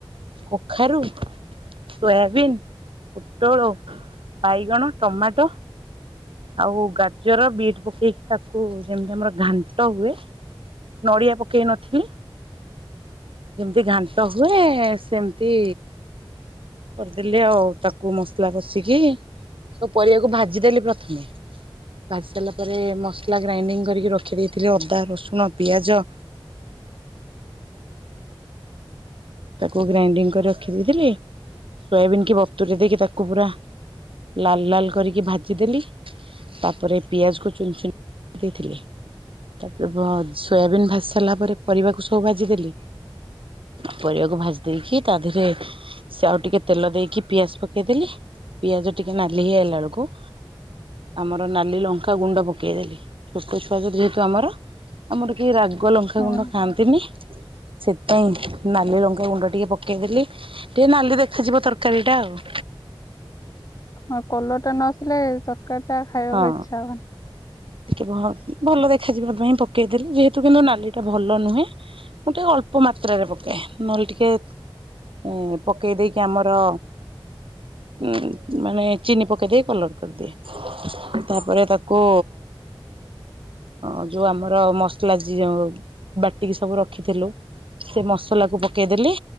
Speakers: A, on the right; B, on the left.
A: କଖାରୁ, ସୋୟାବିନ୍ ପୋଟଳ, ବାଇଗଣ, ଟମାଟୋ ଆଉ ଗାଜର, ବିଟ୍ ପକେଇକି ତାକୁ ଯେମିତି ଆମର ଘାଣ୍ଟ ହୁଏ ନଡ଼ିଆ ପକେଇନଥିଲି ଯେମିତି ଘାଣ୍ଟ ହୁଏ, ସେମିତି କରିଦେଲି ଆଉ ତାକୁ ମସଲା କଷିକି, ସବୁ ପରିବାକୁ ଭାଜିଦେଲି ପ୍ର <unintelligible> ଭାଜି ସାରିଲା ପରେ, ମସଲା ଗ୍ରାଇଣ୍ଡିଙ୍ଗ କରିକି ରଖି ଦେଇଥିଲି, ଅଦା, ରସୁଣ, ପିଆଜ ତାକୁ ଗ୍ରାଇଣ୍ଡିଙ୍ଗ କରି ରଖିଦେଇଥିଲି, ସୋୟାବିନ୍ କି ବତୁୁରି ଦେଇକି ତାକୁ ପୁରା ଲାଲ୍ ଲାଲ୍ କରିକି ଭାଜିଦେଲି ତାପରେ ପିଆଜକୁ ଚୁନ ଚୁନ କରି ଦେଇଥିଲି ତାପରେ, ସୋୟାବିନ୍ ଭାଜି ସାରିଲା ପରେ, ପରିବାକୁ ସବୁ ଭାଜିଦେଲି ପରିବାକୁ ଭାଜି ଦେଇକି, ତା ଦେହରେ ସେ ଆଉ ଟିକେ ତେଲ ଦେଇକି, ପିଆଜ ପକେଇଦେଲି, ପିଆଜ ଟିକେ ନାଲି ହେଇଗଲା ବେଳକୁ ଆମର ନାଲି ଲଙ୍କା ଗୁଣ୍ଡ ପକେଇ ଦେଲି, ଛୋଟ ଛୁଆ ଯୋ ଯେହେତୁ ଆମର ଆମର କେହି ରାଗ ଲଙ୍କାଗୁଣ୍ଡ
B: ହଁ
A: ଖାଆନ୍ତିନି, ସେଥିପାଇଁ ନାଲି ଲଙ୍କା ଗୁଣ୍ଡ ଟିକେ ପକେଇଦେଲି। ଟିକେ ନାଲି ଦେଖାଯିବ ତରକାରୀ ଟା ଆଉ।
B: ହଁ, କଲରଟା ନଆସିଲେ, ତରକାରୀ ଟା ଖାଇବାକୁ
A: ହଁ
B: ଇଛା ହେବନି।
A: ଟିକେ ଭଲ ଦେଖାଯିବା ପାଇଁ ପକେଇଦେଲି। ଯେହେତୁ କିନ୍ତୁ ନାଲି ଟା ଭଲ ନୁହେଁ। ମୁଁ ଟିକେ ଅଳ୍ପ ମାତ୍ରାରେ ପକାଏ। ନହେଲେ ଟିକେ ଏଁ ଏଁ, ପକେଇଦେଇକି ଆମର ଉଁ ମାନେ, ଚିନି ପକେଇଦେଇକି, କଲର କରିଦିଏ। ତାପରେ ତାକୁ ଅ ଯୋଉ ଆମର ମସଲା ଜିରା ବାଟିକି ସବୁ ରଖିଥିଲୁ ସେ ମସଲାକୁ ପକେଇଦେଲି